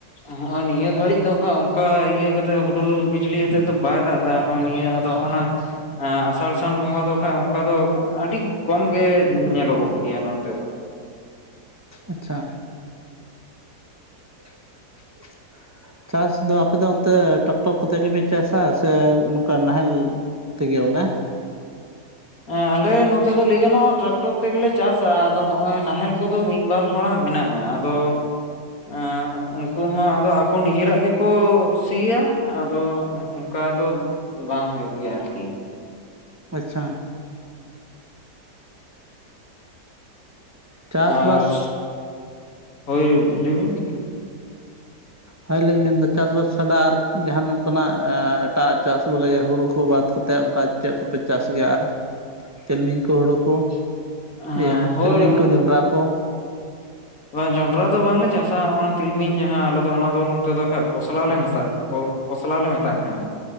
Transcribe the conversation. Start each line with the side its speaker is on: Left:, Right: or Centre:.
Left: ᱦᱚᱸᱜᱼᱚᱭ ᱱᱤᱭᱟᱹ ᱜᱷᱟᱹᱲᱤᱡ ᱫᱚ ᱠᱷᱟᱡ ᱚᱱᱠᱟ ᱤᱭᱟᱹ ᱠᱟᱛᱮᱜ ᱦᱩᱰᱩᱨ ᱵᱤᱡᱽᱞᱤ ᱟᱛᱮᱫ ᱫᱚ ᱵᱟᱭ ᱫᱟᱜ ᱮᱫᱟ ᱦᱚᱜᱼᱚᱭ ᱱᱤᱭᱟᱹ ᱛᱚ ᱚᱱᱟ ᱮᱸ ᱟᱥᱟᱲ ᱥᱟᱱ ᱵᱚᱸᱜᱟ ᱫᱚ ᱠᱷᱟᱡ ᱚᱱᱠᱟ ᱫᱚ ᱟᱹᱰᱤ ᱠᱚᱢ ᱜᱮ ᱧᱮᱞᱚᱜᱚᱜ ᱜᱮᱭᱟ ᱱᱚᱛᱮ ᱫᱚ᱾
Right: ᱟᱪᱪᱷᱟ <inaudible> ᱪᱟᱥ ᱫᱚ ᱟᱯᱮᱫᱚ ᱚᱱᱛᱮ ᱴᱮᱠᱴᱚᱨ ᱠᱚᱛᱮ ᱜᱮᱯᱮ ᱪᱟᱥᱟ ᱥᱮ ᱠᱟ ᱱᱟᱦᱮᱞ ᱛᱮᱜᱮ ᱵᱚᱞᱮ?
Left: ᱦᱮᱸ ᱟᱞᱮ ᱱᱚᱛᱮ ᱫᱚ ᱞᱟᱹᱭ ᱜᱟᱱᱚᱜᱼᱟ ᱴᱨᱟᱠᱴᱚᱨ ᱛᱮᱜᱮᱞᱮ ᱪᱟᱥᱟ ᱟᱫᱚ ᱦᱚᱜᱼᱚᱭ ᱱᱟᱦᱮᱞ ᱠᱚᱫᱚ ᱢᱤᱜ ᱵᱟᱨ ᱦᱚᱲᱟᱜ ᱢᱮᱱᱟᱜᱼᱟ᱾ ᱫᱚ ᱮᱸ ᱩᱝᱠᱩ ᱦᱚᱸ ᱟᱫᱚ ᱟᱠᱚ ᱱᱤᱡᱮᱨᱟᱜ ᱜᱮᱠᱚ ᱥᱤᱭᱟ ᱟᱫᱚ ᱚᱝᱠᱟ ᱫᱚ ᱵᱟᱝ ᱦᱩᱭᱩᱜ ᱜᱮᱭᱟ ᱟᱨᱠᱤ᱾
Right: ᱟᱪᱪᱷᱟ ᱪᱟᱥᱵᱟᱥ
Left: ᱟᱨ ᱦᱳᱭ ᱞᱟᱹᱭ ᱵᱤᱱ
Right: ᱦᱳᱭᱞᱤᱧ ᱢᱮᱱᱫᱟ ᱪᱟᱥᱵᱟᱥ ᱪᱷᱟᱰᱟ ᱟᱨ ᱡᱟᱦᱟᱱ ᱚᱝᱠᱟᱱᱟᱜ ᱮᱴᱟᱜ ᱟᱜ ᱪᱟᱥ ᱵᱚᱞᱮ ᱦᱩᱲᱩ ᱠᱚ ᱵᱟᱫ ᱠᱟᱛᱮᱫ ᱚᱝᱠᱟ ᱪᱮᱜ ᱠᱚᱯᱮ ᱪᱟᱥ ᱜᱮᱭᱟ ᱟᱨ ᱛᱤᱞᱢᱤᱧ ᱠᱚ ᱦᱩᱲᱩ ᱠᱩ?
Left: ᱦᱮᱸ
Right: ᱤᱭᱟᱹ
Left: ᱦᱳᱭ
Right: ᱛᱤᱞᱢᱤᱧ ᱠᱚ ᱡᱚᱱᱰᱨᱟ ᱠᱚ
Left: ᱵᱟ ᱡᱚᱱᱰᱨᱟ ᱫᱚ ᱵᱟᱝᱞᱮ ᱪᱟᱥᱟ ᱚᱱᱟ ᱛᱤᱞᱢᱤᱧ ᱡᱟᱦᱟᱸ ᱟᱞᱮ ᱫᱚ ᱚᱱᱟ ᱫᱚ ᱱᱚᱛᱮ ᱫᱚ ᱠᱚᱥᱞᱟ ᱞᱮ ᱢᱮᱥᱟᱜᱼᱟ᱾ ᱟᱠᱚ ᱠᱚᱥᱞᱟ ᱞᱮ ᱢᱮᱛᱟᱜ ᱠᱟᱱᱟ